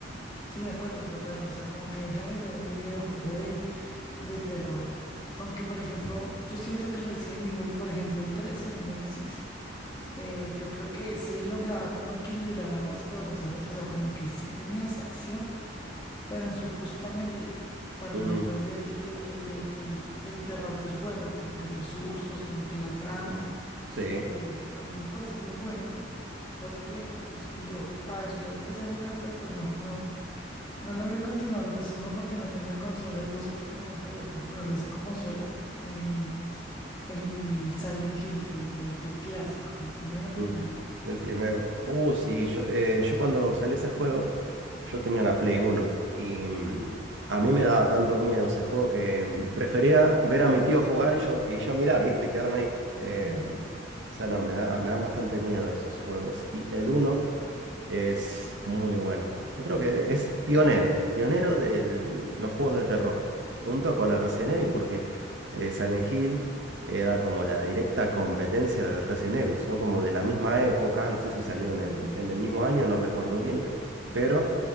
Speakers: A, on the left; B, on the right.
A: sí, de acuerdo, total. O sea, como que deja de ser un videojuego de, de terror. Aunque, por ejemplo, yo siento que el Resident Evil, por ejemplo, el 3, el Nemesis, eh, yo creo que se lograba como equilibrar ambas cosas, ¿sabes? O sea, como que sí tenías acción, pero en su justa medida, para
B: Mm,
A: no perder el, el, el, el, el el terror del juego, como que los sustos, como que la trama.
B: mm. Sí.
A: eh, a mí me parece muy bueno. Otro que, uf, yo, a ver, yo empecé a jugar, pero pues no, no, no logré continuarlo. Pues uno porque no tenía consola y dos porque me da pereza jugarlo así como sola. eh, el Silent Hill, el, el, el clásico, el primero,
B: Mm,
A: primero.
B: El primero. Uh, sí, yo, eh, yo cuando salió ese juego, yo tenía la Play uno y mm, a mí me daba tanto miedo ese juego que mm, prefería ver a mi tío jugar y yo, y yo mirar, ¿viste? Quedarme ahí. eh,
A: Ujú,
B: o sea, no, me da, me da bastante miedo esos juegos. Y el uno es muy bueno. Yo creo que es pionero, pionero de los juegos de terror, junto con el Resident Evil, porque eh, Silent Hill era como la directa competencia del Resident Evil. Son como de la misma época, no sé si salieron
A: ujú,
B: en, en el mismo año, no recuerdo bien, pero